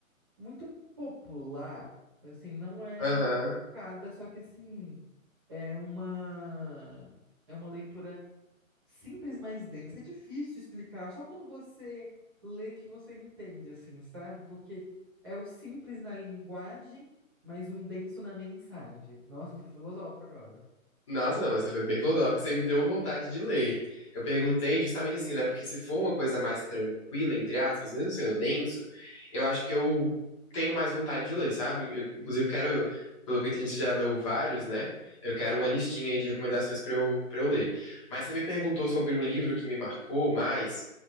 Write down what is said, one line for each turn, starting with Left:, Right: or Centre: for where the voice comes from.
Right: muito popular, assim, não é
Left: Aham.
Right: cada, só que assim, é uma é uma leitura simples, mas densa. É difícil explicar, só quando você lê que você entende, assim, sabe? Porque é o simples na linguagem, mas um denso na mensagem. Nossa, eu fui filosófico agora.
Left: Nossa, não, mas você foi bem filosófico, você me deu vontade de ler. Eu perguntei justamente assim, né? Porque se for uma coisa mais tranquila, entre aspas, mesmo sendo denso, eu acho que eu tenho mais vontade de ler, sabe? Eu, inclusive, quero, pelo que eu entendi, você já leu vários, né? Eu quero uma listinha aí de recomendações pra eu, pra eu ler. Mas você me perguntou sobre um livro que me marcou mais.